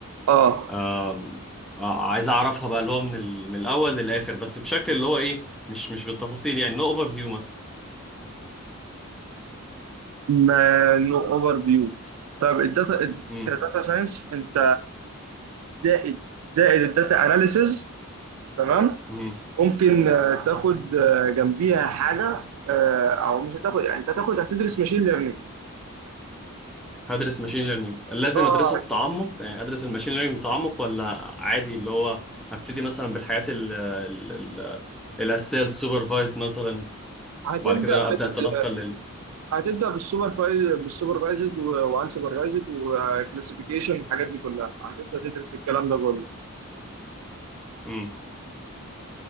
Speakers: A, on the right; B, in the centre.
A: اه
B: آم، آه، عايز اعرفها بقى اللي هو من ال... من الاول للاخر بس بشكل اللي هو ايه مش مش بالتفاصيل يعني نو اوفر فيو مثلا
A: ما نو اوفر فيو طب الداتا
B: امم
A: الداتا ساينس انت زائد زائد الداتا اناليسز تمام
B: امم
A: ممكن آه، تاخد آه، جنبيها حاجه آه، او مش هتاخد يعني انت هتاخد هتدرس ماشين ليرنينج
B: هدرس ماشين ليرنينج لازم
A: اه
B: ادرسه بتعمق يعني ادرس الماشين ليرنينج بتعمق ولا عادي اللي هو ابتدي مثلا بالحاجات ال... ال... ال... الاساسيه السوبرفايزد مثلا
A: هتبدا
B: وبعد كده ابدا
A: بال
B: اتنقل لل
A: هتبدا بالسوبر فايز بالسوبرفايزد وان سوبرفايزد وكلاسيفيكيشن الحاجات دي كلها هتبدا تدرس الكلام ده كله
B: امم